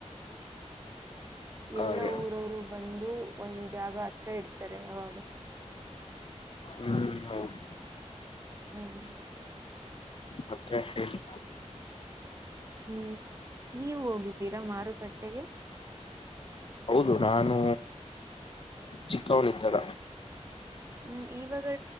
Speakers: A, on the left; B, on the right.
A: ಹಾಗೆ
B: ಎಲ್ಲಾ ಊರವರು ಬಂದು ಒಂದ್ ಜಾಗ ಹತ್ರ ಇಡ್ತಾರೆ ಅವಾಗ.
A: ಹ್ಮ್ ಹೌದು.
B: ಹ್ಮ್.
A: ಮತ್ತೆ ಹೇಳಿ.
B: ಹ್ಮ್ ನೀವ್ ಹೋಗಿದ್ದೀರಾ ಮಾರುಕಟ್ಟೆಗೆ.
A: ಹೌದು ನಾನು ಚಿಕ್ಕವನು ಇದ್ದಾಗ.
B: ಹ್ಮ್ ಇವಾಗ.